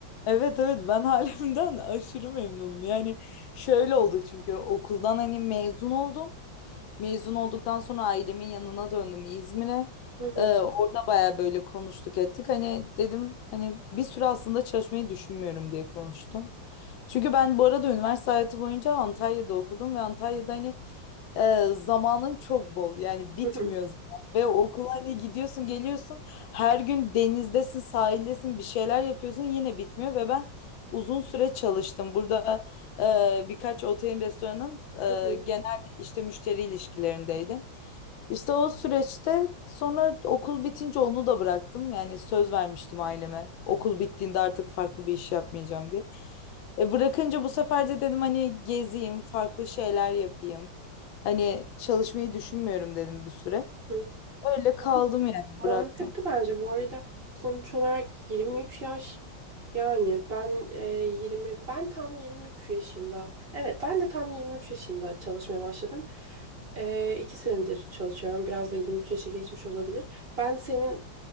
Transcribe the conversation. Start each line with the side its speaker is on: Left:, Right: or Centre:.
Left: evet evet ben halimden <laughs> aşırı memnunum. Yani şöyle oldu çünkü okuldan hani mezun oldum. Mezun olduktan sonra ailemin yanına döndüm İzmir'e.
Right: Hı hı,
Left: Ee, orada baya böyle konuştuk ettik. Hani dedim hani bir süre aslında çalışmayı düşünmüyorum diye konuştum. Çünkü ben bu arada üniversite hayatı boyunca Antalya'da okudum ve Antalya'da hani e, zamanın çok bol yani bitmiyor
Right: hı hı,
Left: zaman. Ve okula hani gidiyorsun geliyorsun her gün denizdesin sahildesin bir şeyler yapıyorsun yine bitmiyor ve ben uzun süre çalıştım. Burada e, birkaç otelin restoranın e,
Right: hı hı,
Left: işte müşteri ilişkilerindeydim. İşte o süreçte sonra okul bitince onu da bıraktım. Yani söz vermiştim aileme. Okul bittiğinde artık farklı bir iş yapmayacağım diye. E bırakınca bu sefer de dedim hani gezeyim, farklı şeyler yapayım. Hani çalışmayı düşünmüyorum dedim bir süre.
Right: hı hı.
Left: Öyle kaldım
Right: Man-
Left: yani
Right: Mantıklı
Left: bıraktım.
Right: bence bu arada sonuç olarak 23 yaş yani ben e, 20 ben tam 23 yaşında evet ben de tam 23 yaşında çalışmaya başladım. E, iki senedir çalışıyorum biraz da 23 yaşı geçmiş olabilir. Ben senin